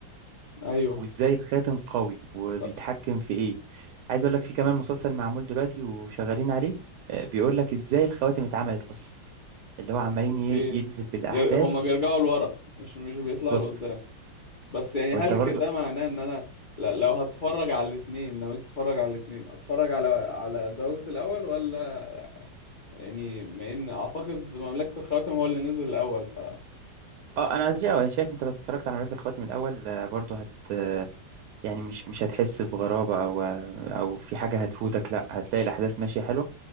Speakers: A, on the left (about 80°); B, on the right (about 70°).
A: ايوه
B: وازاي الخاتم قوي وبيتحكم
A: ط-
B: في ايه عايز اقول لك في كمان مسلسل معمول دلوقتي وشغالين عليه آه، بيقول لك ازاي الخواتم اتعملت اصلا اللي هو عمالين
A: اوكي
B: ي- ينزل بالاحداث
A: ير... هما بيرجعوا لورا مش مش بيطلعوا
B: بالظبط
A: لقدام بس يعني
B: وانت
A: هل
B: برضو
A: كده معناه ان انا لا لو هتفرج على الاثنين نويت اتفرج على الاثنين اتفرج على على ذوبة الاول ولا يعني ما ان اعتقد مملكة الخواتم هو اللي نزل الاول ف
B: اه انا شا- أنا شايف انت لو اتفرجت على مملكة الخواتم الاول آه، برضو هت آه، يعني مش مش هتحس بغرابة او آه، او في حاجة هتفوتك لا هتلاقي الاحداث ماشية حلوة